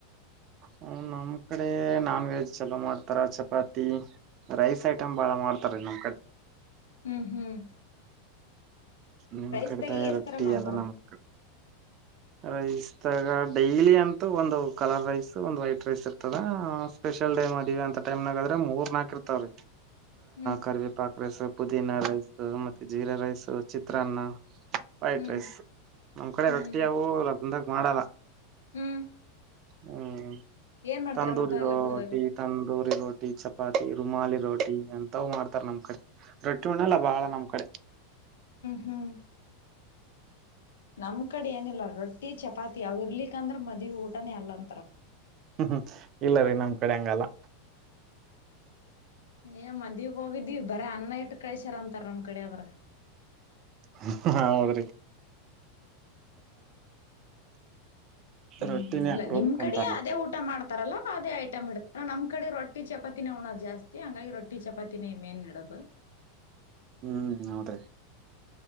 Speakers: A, on the right; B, on the left.
A: ಹ್ಮ್ ನಮ್ ಕಡೆ ನಾನ್ ವೆಜ್ ಚಲೋ ಮಾಡ್ತಾರ, ಚಪಾತಿ, ರೈಸ್ ಐಟಮ್ ಬಾಳ ಮಾಡ್ತಾರೀ ನಮ್ಮ್ ಕಡೆ.
B: ಹ್ಮ್ ಹ್ಮ್
A: ನಿಮ್
B: ರೈಸ್ದಾಗೆ
A: ಕಡಿತಾಯ
B: ಎಸ್
A: ರೊಟ್ಟಿ
B: ತರ ಮಾಡ್ತಾರ
A: ಎಲ್ಲ ನಮಕ್ ರೈಸ್ಾಗ ಡೈಲಿ ಅಂತೂ ಒಂದು ಕಲರ್ ರೈಸ್ ಒಂದ ವೈಟ್ ರೈಸ್ ಇರ್ತದ ಸ್ಪೆಷಲ್ ಡೈ ಮದಿವಿ ಅಂತ ಟೈಮ್ನಾಗ ಆದ್ರ ಮೂರ್ ನಾಲ್ಕ ಇರ್ತವ್ರೀ
B: ಹ್ಮ್
A: ಕರಿವಿ ಪಾಕ್ ರೈಸ್ ಪುದೀನ ರೈಸ್ ಮತ್ತೆ ಜೀರಾ ರೈಸ್ ಚಿತ್ರಾನ್ನ ವೈಟ್
B: ಹ್ಮ್
A: ರೈಸ್ ನಮ್ ಕಡೆ
B: ಹ್ಮ್
A: ರೊಟ್ಟಿ ಯವು <inaudible> ಬಂದಾಗ ಮಾಡಲ್ಲ
B: ಹ್ಮ್
A: ಹ್ಮ್
B: ಏನ್ ಮಾಡ್ತಾರ
A: ತಂದೂರಿ
B: ಮತ್ತ
A: ರೋಟಿ
B: ಲಗ್ನದಾಗ
A: ತಂದೂರಿ ರೋಟಿ ಚಪ್ ಚಪಾತಿ ರುಮಾಲಿ ರೋಟಿ ಅಂತವ ಮಾಡ್ತಾರ ನಮ್ ಕಡೆ ರೊಟ್ಟಿ ಉಣ್ಣಲ್ಲ ಬಾಳ ನಮ್ ಕಡೆ
B: ಹಾಂ ನಮ್ ಕಡೆ ಏನಿಲ್ಲ ರೊಟ್ಟಿ ಚಪಾತಿ ಅವರ್ಲಿಕ್ಕ ಅಂದ್ರ ಮದ್ವಿ ಊಟನೇ ಅಲ್ಲಂತರ
A: ಹ್ಮ ಇಲ್ಲರಿೀ ನಮ್ ಕಡೆ ಹಂಗಲ್ಲ
B: ಏ ಮದ್ಯಿಗೆ ಹೋಗಿದ್ದೀ ಬರೇ ಅನ್ನ ಇಟ್ಟು ಕಳ್ಸ್ಯಾರ ಅಂತಾರ ನಮ್ ಕಡೆ ಆದ್ರ
A: ಹ ಹಾ ಹೌದ್ರಿ <inaudible>
B: ಹ್ಮ್
A: ರೊಟ್ಟಿನೇ
B: ಇಲ್ಲ
A: ಅಪರೂಪಕ್
B: ನಿಮ್ ಕಡ
A: ಉಣ್ತಾರ ನಮ್
B: ಅದೇ
A: ಕಡೆ
B: ಊಟ ಮಾಡ್ತ ತಾರಲ್ಲ ಅದೇ ಐಟಮ್ ಇಡತಾರ ನಮ್ಮ್ ಕಡೆ ರೊಟ್ಟಿ ಚಪಾತಿನೆ ಊಣ್ಣೂದ ಜಾಸ್ತಿ ಹಂಗಾಗಿ ರೊಟ್ಟಿ ಚಪಾನೆ ಮೇನ ಇಡೋದು
A: ಹ್ಮ್ ಹೌದ್ರೀ